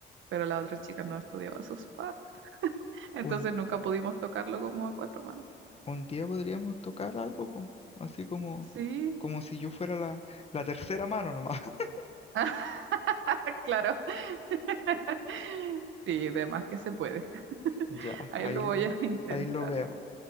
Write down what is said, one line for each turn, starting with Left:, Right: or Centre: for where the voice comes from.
Right: pero la otra chica no estudiaba sus partes, <laughs> entonces
Left: un
Right: nunca pudimos tocarlo como a cuatro manos.
Left: Un día podríamos tocar algo, po, así como,
Right: Sí,
Left: como si yo fuera la, la tercera mano nomás. <laughs>
Right: <laughs> claro. <laughs> Sí, de más que se puede.
Left: Ya,
Right: Ahí
Left: ahí,
Right: lo
Left: lo-
Right: voy a <laughs> intentar.
Left: ahí lo vemos.